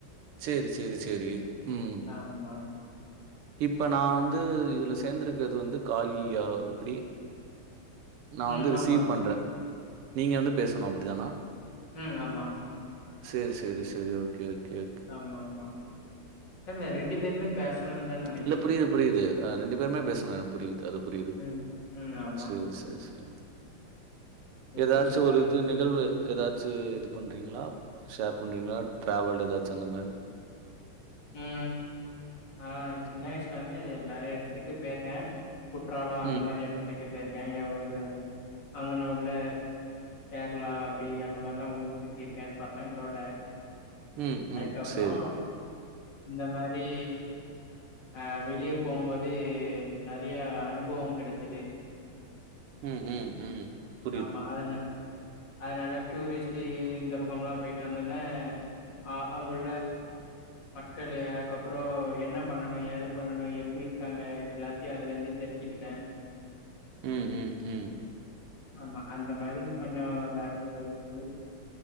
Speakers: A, on the right; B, on the left.
A: சேரி செரி செரி ம்
B: ஆமா
A: இப்ப நா
B: ம்
A: வந்து இதுல சேந்துருக்கர்து வந்து காலியா எப்டி நா
B: ம்
A: வந்து ரிசீவ்
B: ஆமா
A: பண்றே நீங்க வந்து பேசணு அப்டிதானா
B: ம் ஆமா
A: சேரி சேரி சேரி ஓக்கே ஓக்கே ஓக்
B: ஆமா ஆமா ஆமா தெர்ல ரெண்டு பேருமே பேசணுந்தா நென
A: இல்ல புரியுது புரியுது ஆ ரெண்டு பேருமே பேசனோ எனக் புரியுது அது புரியுது
B: ம், ம். ஆமா.
A: சேர் சேர் சேரங
B: இந்த
A: எதாச்சு
B: டியூஷன்லாம்
A: ஒரு
B: எப்படி
A: இது
B: போச்சு?
A: நிகழ்வு எதாச்சு இது பண்றிங்களா ஷேர் பண்றிங்களா டிராவல் எதாச்சி அந்த மாரி
B: ம் ஆ சின்ன வய்ஸ்லந்து நெறய எட்த்துக்கு ட்ரிப்பு பேய்ருக்க குற்றாலோ அந்த
A: ம்,
B: மாரி எடத்துக்கு போய்ருக்க எ ஊரு அங்கன உள்ள கேரளா அப்டி அந்த மார்ல்லா ஊர் சுத்திருக்கே பசங்ளோட
A: ம்,
B: அதுக்கப்றோ
A: ம். சரி.
B: இந்த மாரி அ வெளியே போம்போது நெறய அனுபுவோ கெடச்சிது
A: ம் ம் ம் புரியுது.
B: ஆமா அதுல அதனால டூரிஸ்ட்டு இந்த பக்கம்லா போய்ட்டு வந்தோன ஆ அங்குள்ள மக்களு அதுக்கப்புறோ என்ன பண்ணனு ஏது பண்ணனு எப்டி இருக்காங்க எல்லாத்யு அதுலந்து தெர்ஞ்சுக்கிட்டே
A: ம் ம் ம்
B: ஆமா அந்த மாரி கொஞ்சோ நெறய இருக்கு